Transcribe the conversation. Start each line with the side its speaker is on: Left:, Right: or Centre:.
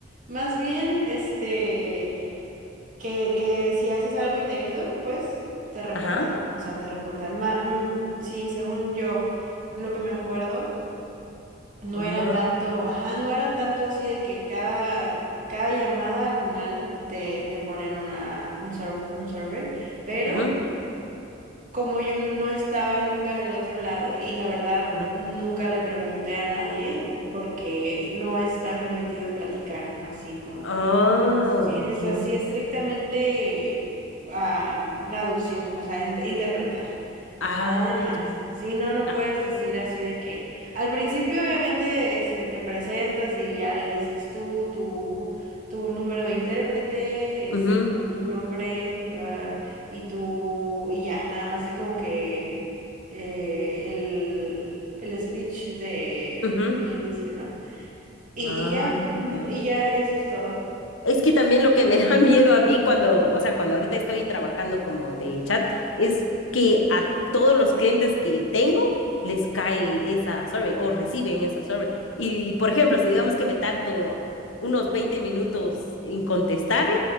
Right: más bien, este, que, que si haces algo indebido, pues te reportan,
Left: Ajá.
Right: o sea, te reportan. Ma- mm, mm, sí, según yo, lo que me acuerdo, no era
Left: Madre.
Right: tanto, ajá, no era tanto así de que cada, cada llamada al final te, te ponen una, un, sur- un survey, pero
Left: Ujú,
Right: como yo no estaba nunca del otro lado y la verdad
Left: ujú.
Right: nunca le pregunté a nadie porque no está permitido platicar así con...
Left: Ah,
Right: Sí,
Left: entiendo.
Right: es así estrictamente a traducir, o sea, int- interpretar.
Left: Ah,
Right: Nada más.
Left: ya.
Right: Sí, no, no
Left: Ah,
Right: puedes decir así de que al principio obviamente este, te presentas y ya le dices tú, tu, tu número de intérprete, este,
Left: ujú,
Right: tu, tu nombre ah, y tu, y ya, nada más así como que eh, el, el speech de
Left: ujú.
Right: al inicio, ¿no? Y,
Left: Ah,
Right: y ya, ujú,
Left: ya, ya.
Right: y ya, eso es todo.
Left: Es que también lo que me <laughs> da miedo a mí cuando, o sea, cuando ahorita estoy trabajando como de chat, es que a todos los clientes que tengo les cae esa survey o reciben esa survey. Y, por ejemplo, si digamos que me tardo unos 20 minutos en contestarle,